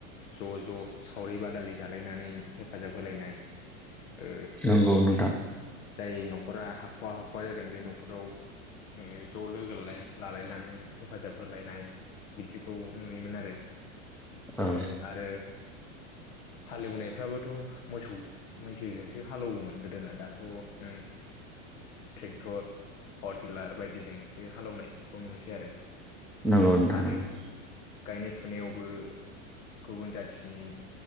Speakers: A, on the left (about 70°); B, in the centre.
A: ज' ज' सावरि बादालि जालायनानै हेफाजाब होलायनाय ओ
B: नंगौ नोंथां
A: जाय न'खरा हाख ख' हाख'वा जादों बे न'खराव ज' लोगो ला लायनानै हेफाजाब होलायनाय बिदिखौ नुयोमोन आरो
B: औ
A: ओ आरो हालेवनायफ्राबोथ' मोसौ मैसोजोंसो हालौवोमोन गोदोना दाथ' नों ट्रेक्टर पावार टिलार बायदिजोंसो हालेवनायखौ नुनोसै आरो
B: नांगौ नोंथां
A: आरो
B: नंगौ
A: गायनाय फुनायावबो गुबुन जाथिनि